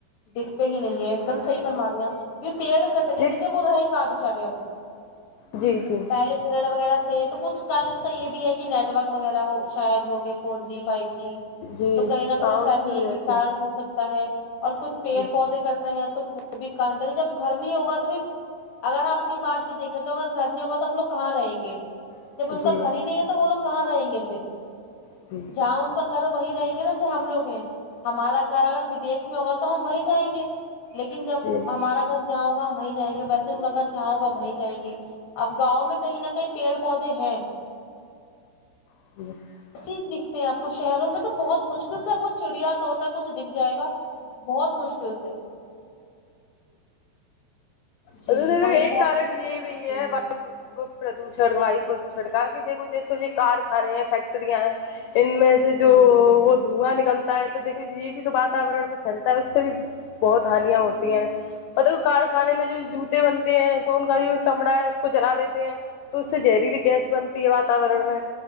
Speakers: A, on the left; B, on the left.
A: دیکھتے ہی نہیں ہے ایک دم صحیح فرما رہے ہیں آپ کی پیڑ کٹ گئے
B: جی د
A: دیکھئے وہ رہے کاں بیچارے اب
B: جی جی
A: پہلے پیڑ وغیرہ تھے تو کچھ کارن اس کا یہ بھی ہے کہ نیٹ ورک وغیرہ ہو شاید ہو گئے فور جی فائیو جی
B: جی
A: تو کہیں نہ
B: ہاں
A: کہیں
B: ان
A: شاید
B: کی
A: یہ
B: وجہ
A: بھی
B: سے
A: کارن ہو سکتا ہے اور کچھ پیڑ
B: جی
A: پودے کٹ رہے ہیں تو <unintelligible> جب گھر نہیں ہوگا تو پھر اگر آپ اپنی بات بھی دیکھیں تو اگر گھر نہیں ہوگا تو ہم لوگ کہاں رہیں گے
B: جی
A: جب ان کا گھر ہی نہیں ہے تو وہ لوگ کہاں رہیں گے پھر
B: جی
A: جہاں ان کا گھر ہے وہیں رہیں گے نا جہاں ہم لوگ ہیں ہمارا گھر اگر ودیش میں ہوگا تو ہم وہیں جائیں گے لیکن
B: جی
A: جب ہمارا گھر جہاں ہوگا وہیں جائیں گے ویسے ان کا گھر جہاں ہوگا وہیں جائیں گے اب گاؤں میں کہیں نہ کہیں پیڑ پودے ہیں
B: <inaudible>
A: ہر چیز دکھتے ہیں آپ کو شہروں میں تو بہت مشکل سے آپ کو چڑیا طوطا کچھ دیکھ جائے گا بہت مشکل سے جی
B: اگر دیکھے
A: وہی
B: ایک
A: بہت
B: کارن یہ بھی
A: جی
B: ہے پ پ پردوشن وایو
A: جی جی
B: پردوشن کا کہ دیکھو جیسے جو یہ کارخانے ہیں فیک ٹریاں ہیں ان میں سے
A: ہوں
B: جو وہ دھواں نکلتا ہے تو دیکو یہ بھی تو واتاورن میں پھیلتا ہے اس سے بھی بہت ہانیاں ہوتی اور پتا کارخانے میں جو جوتے بنتے ہیں تو ان کا جو چمڑا ہے اس کو جلا دیتے ہیں تو اس سے زہریلی گیس بنتی ہے واتورن میں